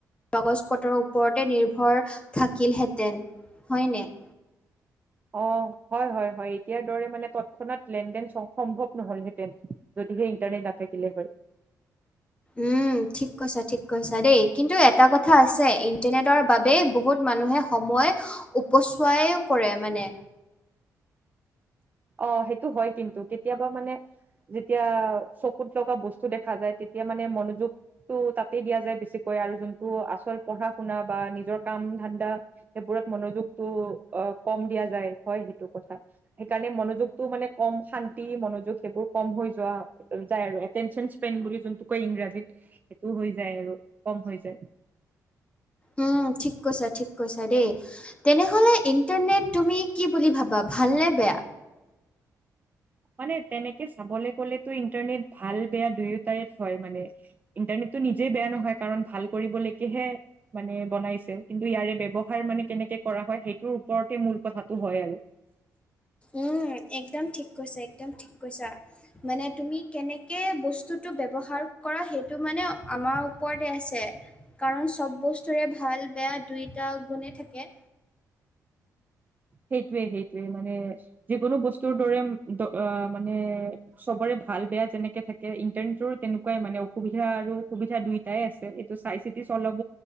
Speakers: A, on the left (about 15°); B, on the right (about 25°).
A: কাগজ পত্ৰৰ ওপৰতে নিৰ্ভৰ থাকিলহেঁতেন হয়নে নাই।
B: অ' হয়, হয়, হয়, এতিয়াৰ দৰে মানে তৎক্ষণাত লেন দেন চ'ব সম্ভৱ নহলহেঁতেন। যদিহে ইণ্টাৰনেট নাথাকিলে হয়।
A: উম, ঠিক কৈছা, ঠিক কৈছা, দেই কিন্তু এটা কথা আছে, ইণ্টাৰনেটৰ বাবে বহুত মানুহে সময় উপচোৱাইও কৰে মানে।
B: অ' সেইটো হয় কিন্তু, কেতিয়াবা মানে যেতিয়া চকুত লগা বস্তু দেখা যায়, তেতিয়া মানে মনোযোগ টো তাতে দিয়া যায় বেছিকৈ আৰু যোনটো আচল পঢ়া শুনা বা নিজৰ কাম ধান্দা সেইবোৰত মনোযোগতটো অ' কম দিয়া যায় হয়, সেইটো কথা। সেই কাৰণে মনোযোগতটো মানে কম শান্তি মনোযোগ সেইবোৰ কম হৈ যোৱা। যায় আৰু এটেনচন স্পেন বুলি যোনটো কয় ইংৰাজীত সেইটো হৈ যায় আৰু কম হৈ যায়।
A: উম, ঠিক কৈছা, ঠিক কৈছা দেই। তেনে হ'লে ইণ্টাৰনেট তুমি কি বুলি ভাবা, ভাল নে বেয়া?
B: মানে তেনেকে চাবলে গ'লেতো ইণ্টাৰনেট ভাল বেয়া দুয়োটাই হয় মানে। ইণ্টাৰনেটটো নিজেই বেয়া নহয়, কাৰণ ভাল কৰিবলৈকেহে। মানে বনাইছে, কিন্তু ইয়াৰে ব্যৱহাৰ মানে কেনেকে কৰা হয়, সেইটোৰ ওপৰতে মূল কথাটো হয় আৰু।
A: উম, একদম ঠিক কৈছা, একদম ঠিক কৈছা। মানে তুমি কেনেকে বস্তুটো ব্যৱহাৰ কৰা, সেইটো মানে আমাৰ ওপৰতে আছে। কাৰণ চ'ব বস্তুৰে ভাল বেয়া দুইটা গুণে থাকে।
B: সেইটোয়ে, সেইটোয়ে মানে যিকোনো বস্তুৰ দৰে মানে। চবৰে ভাল বেয়া যেনেকে থাকে, ইণ্টাৰনেটৰো তেনেকুৱাই মানে অসুবিধা আৰু সুবিধা দুই টাই আছে এইটো চাই চিতি চলাব